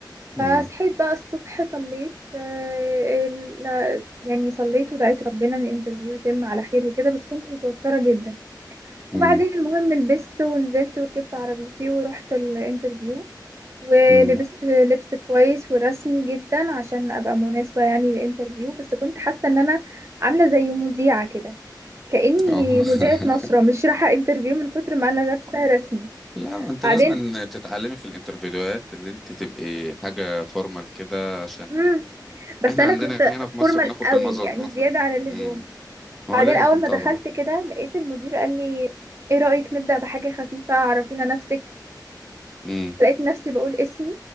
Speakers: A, in the centre; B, on the right.
A: امم
B: فصحيت بقى الصبح صليت آه، ال- يعني صليت ودعيت ربنا ان الانترفيو يتم على خير وكده بس كنت متوترة جدا وبعدين
A: امم
B: المهم لبست ونزلت وركبت عربيتي ورحت الانترفيو ولبست
A: امم
B: لبس كويس ورسمي جدا عشان ابقى مناسبة يعني للانترفيو بس كنت حاسة ان انا عاملة زي مذيعة كده كأني
A: اه
B: مذيعة نشرة
A: <laughs>
B: مش رايحة انترفيو من كتر ما انا لابسة رسمي
A: لا ما انت
B: بعدين
A: لازم أن تتعلمي في الانترفيوهات اللي انت تبقي حاجة فورمال كده عشان
B: مم. بس
A: احنا
B: انا
A: عندنا
B: كنت
A: هنا في مصر
B: فورمال
A: بناخد
B: قوي
A: بالمظاهر
B: يعني زيادة عن اللزوم
A: امم ما
B: بعدين
A: هو لازم
B: اول
A: طبعا
B: ما دخلت كده لقيت المدير قال لي ايه رأيك نبدأ بحاجة خفيفة عرفينا نفسك
A: امم
B: لقيت نفسي بقول اسمي